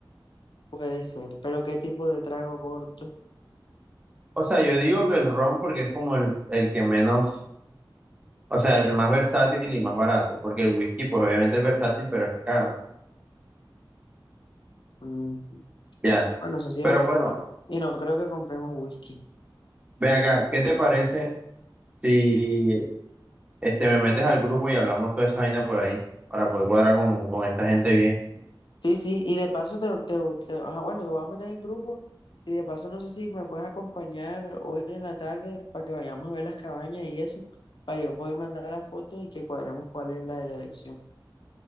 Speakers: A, on the left (about 65°); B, on the right (about 15°).
A: Puede ser, pero ¿qué tipo de trago corto?
B: O sea, yo digo que el ron porque es como el, el que menos, o sea, el más versátil y más barato, porque el whisky pues obviamente es versátil, pero es caro.
A: Mm,
B: Ya,
A: Bueno, eso sí
B: pero
A: es
B: bueno,
A: verdad. Y no creo que compremos whisky.
B: ven acá, ¿qué te parece si este, me metes al grupo y hablamos toda esa vaina por ahí para poder cuadrar con, con esta gente bien?
A: Sí, sí, y de paso te, te, te- ajá, bueno, te voy a meter en el grupo y de paso no sé si me puedes acompañar hoy en la tarde para que vayamos a ver las cabañas y eso, para yo poder mandar las fotos y que cuadremos cuál es la de la elección.